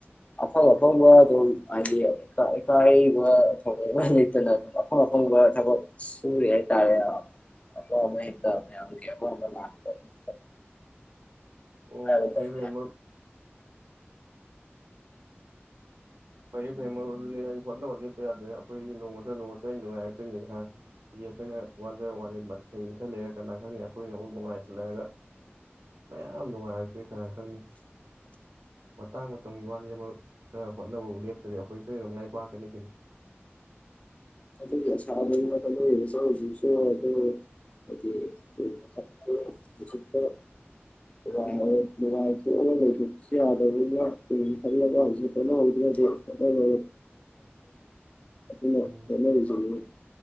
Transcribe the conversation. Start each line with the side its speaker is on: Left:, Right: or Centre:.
Left: ꯑꯐꯪ ꯑꯐꯪꯕ ꯑꯗꯨꯝ ꯍꯥꯏꯗꯤ <unintelligible> ꯏꯀꯥꯏꯕ ꯍꯪꯒꯣꯏꯕ ꯂꯩꯇꯅ ꯑꯐꯪ ꯑꯐꯪꯕ ꯊꯕꯛ ꯁꯨꯔꯤ ꯍꯥꯏꯇꯥꯔꯦ꯫ ꯑꯃ ꯑꯃ ꯍꯦꯛꯇ ꯃꯌꯥꯝꯒꯤ ꯑꯃ ꯑꯃ ꯂꯥꯛꯄ <unintelligible>
Right: ꯑꯣ
Left: ꯏꯀꯥꯏꯕ ꯂꯩꯇꯦ꯫
Right: ꯐꯩ ꯐꯩ ꯃꯔꯨꯞ
Left: <unintelligible>
Right: ꯐꯩꯌꯦ ꯐꯩꯌꯦ ꯑꯗꯨꯗꯤ ꯃꯔꯨꯞ ꯍꯣꯠꯅꯕ ꯂꯦꯞꯄ ꯌꯥꯗꯦ ꯑꯩꯈꯣꯏꯒꯤ ꯅꯣꯡꯃ ꯅꯠꯇꯔꯒ ꯅꯣꯡꯃ ꯁꯣꯏꯗꯅ ꯅꯨꯡꯉꯥꯏꯔꯛꯇꯣꯏꯅꯤꯗꯅ ꯍꯧꯖꯤꯛ ꯑꯩꯈꯣꯏꯅ ꯋꯥꯖꯥꯕ ꯋꯥꯅꯤ ꯃꯊꯪ ꯈꯔ ꯂꯩꯔꯒꯥ ꯀꯅꯥ ꯈꯪꯅꯤ ꯑꯩꯈꯣꯏꯅ ꯑꯃꯨꯛ ꯅꯨꯡꯉꯥꯏꯈꯠꯂꯒꯥ ꯃꯌꯥꯝ ꯅꯨꯉꯥꯔꯛꯄꯔꯥ ꯀꯅꯥ ꯈꯪꯅꯤ ꯃꯇꯥꯡ ꯃꯇꯝꯒꯤ ꯋꯥꯅꯤꯗꯥ ꯃꯔꯨꯞ ꯈꯔ ꯍꯣꯠꯅꯕꯕꯨ ꯂꯦꯞꯇ꯭ꯔꯗꯤ ꯑꯩꯈꯣꯏ ꯁꯣꯏꯗꯅ ꯃꯥꯏ ꯄꯥꯛꯀꯅꯤ ꯀꯩꯅꯣ
Left: ꯑꯗꯨꯒꯤ ꯑꯁꯥꯗꯥꯅꯤ ꯍꯣꯠꯅꯔꯤꯖꯤꯁꯨ ꯍꯧꯖꯤꯛꯁꯨ ꯑꯗꯣ <inaudible> ꯅꯨꯡꯉꯥꯏ ꯅꯨꯡꯉꯥꯏꯊꯣꯛꯑꯒꯥ ꯂꯩꯊꯣꯛꯄꯁꯨ ꯌꯥꯗꯕꯅꯤꯅ ꯇꯨꯡꯒꯤ ꯈꯜꯂꯒꯥ ꯍꯧꯖꯤꯛ ꯍꯣꯠꯅ ꯍꯧꯗ꯭ꯔꯥꯗꯤ <inaudible> ꯑꯗꯨꯅ
Right: ꯎꯝ
Left: ꯍꯣꯠꯅꯔꯤꯖꯤꯅꯤꯅꯦ